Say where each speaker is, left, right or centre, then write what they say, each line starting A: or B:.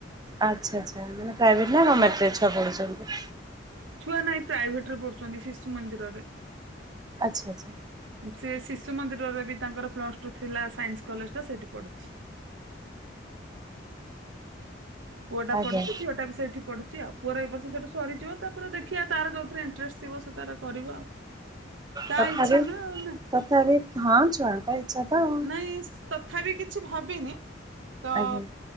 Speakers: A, on the right (about 20°); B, on the right (about 75°).
A: ଆଚ୍ଛା ଆଚ୍ଛା ମାନେ ପ୍ରାଇଭେଟ ନା ଗମେଣ୍ଟରେ ଛୁଆ ପଢୁଚନ୍ତି।
B: ଛୁଆ ନାଇଁ ପ୍ରାଇଭେଟ ରେ ପଡୁଚନ୍ତି ଶିଶୁ ମନ୍ଦିରରେ।
A: ଆଚ୍ଛା ଆଚ୍ଛା।
B: ସିଏ ଶିଶୁ ମନ୍ଦିରରେ ବି ତାଙ୍କର ପ୍ଲସ ଟୁ ଥିଲା ସାଇନ୍ସ କଲେଜ ଟା ସେଇଟି ପଢୁଛି। ପୁଅ ଟା
A: ଆଜ୍ଞା
B: ପଢୁଛି ଝିଅଟା ବି ସେଇଠି ପଡୁଚି ଆଉ। ପୁଅର ସେଠୁ ସରିଯିବ ତାପରେ ଦେଖିଆ ତାର ଯୋଉଥିରେ ଇଣ୍ଟରେଷ୍ଟ ଥିବ ସେ ତାର କରିବ ଆଉ। ତା
A: ତଥାବି
B: ଇଚ୍ଛା ନା ଆଉ ନା।
A: ତଥାବି ହଁ ଛୁଆଙ୍କ ଇଚ୍ଛା ତ ଆଉ
B: ନାଇଁ ତଥାବି କିଛି ଭାବିନି ତ
A: ଆଜ୍ଞା